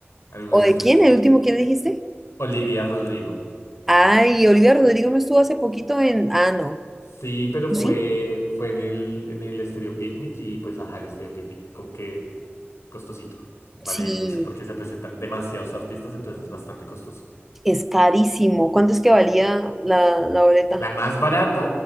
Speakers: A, on the left; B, in the centre.
A: Alguno
B: ¿o
A: de esos
B: de
A: tres.
B: quién? ¿El último quién dijiste?
A: Olivia Rodrigo.
B: Ay, Olivia Rodrigo no estuvo hace poquito en... Ah, no.
A: Sí, pero fue,
B: ¿Sí?
A: fue en el, en el Estéreo Picnic y pues ajá, el Estéreo Picnic como que costosito. Vale
B: Sí,
A: mucho porque se presentan demasiados artistas, entonces es bastante costoso.
B: Es carísimo. ¿Cuánto es que valía la, la boleta?
A: La más barata